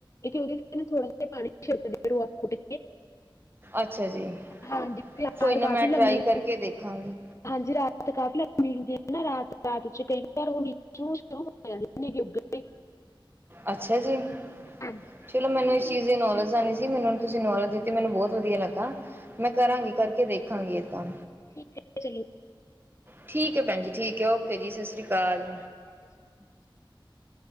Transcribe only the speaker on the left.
ਉਹਦੇ ਥੋੜਾ ਜਿਹਾ ਪਾਣੀ। ਖੇਡਦੇ ਡ ਡੂਆ ਊਤੇ।
ਹਾਂਜੀ ਤੇਆਰ
ਕਾਫੀ
ਲੰਮੀਏ।
ਹਾਂਜੀ ਰਾਤ ਕਾ ਲਈ ਮਿਲੁੰਦੀ ਹੈਨਾ ਰਾਤ ਰਾਤ ਚ ਕਈ ਵਾਰ ਹੋਈ। ਸ਼ੁ ਸ਼ੁਰੂ ਹੋਐ ਇ ਨਿਗ ਊਗ ਰਿ।
ਹਾਂਜੀ।
ਠੀਕ ਹੈ, ਚਲੋ।
ੲਸ- <unintelligible>